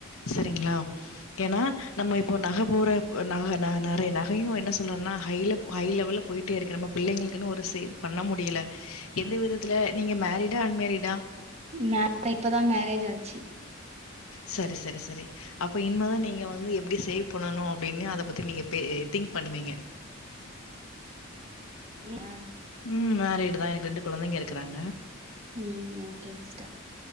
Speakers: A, on the left; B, on the right.
A: சேரிங்களா ஏனா நம்ம இப்போ நகை போற ந நெறைய நகையு என்ன சொ ல்றோம்னா ஹை ஹை லெவல்ல போயிட்டே இருக்கு நம்ம புள்ளைங்களுக்குன்னு ஒரு சேவ் பண்ண முடியல எந்த விதத்துல நீங்க மேரிடா அன்மேரிடா
B: நா இப்போதா மேரேஜ் ஆச்சி
A: சரி சரி சரி அப்ப இன்மேதா நீங்க வந்து எப்டி சேவ் பண்ணணு அப்டினு அத பத்தி நீங்க பே திங்க் பண்ணுவீங்க
B: ஆ
A: ம் மேரிடு தா எனக்கு ரெண்டு குழந்தைங்க இருக்கறாங்க
B: ம் ஓக்கேங் சிஸ்டர்